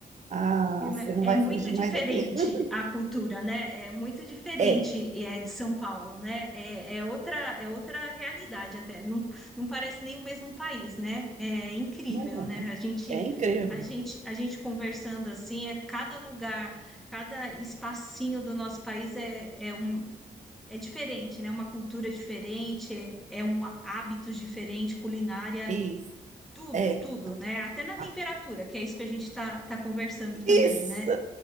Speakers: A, on the right; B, in the centre.
A: Ah,
B: Vilma,
A: você não
B: É
A: vai
B: muito
A: fugir
B: diferente
A: mais daqui. <laughs>
B: a cultura, né? É muito diferente
A: É,
B: é, de São Paulo, né? É, é outra, é outra realidade até. Não, não parece nem o mesmo país, né? É incrível,
A: não é?
B: né?
A: né?
B: A gente,
A: É incrível.
B: a gente, a gente conversando assim, é cada lugar, cada espacinho do nosso país é, é, um, é diferente, né? Uma cultura diferente, é, é um hábito diferente, culinária.
A: Isso,
B: Tudo,
A: é.
B: tudo, né? Até na temperatura,
A: Ah,
B: que é isso que a gente está tá tá conversando também,
A: Isso!
B: né?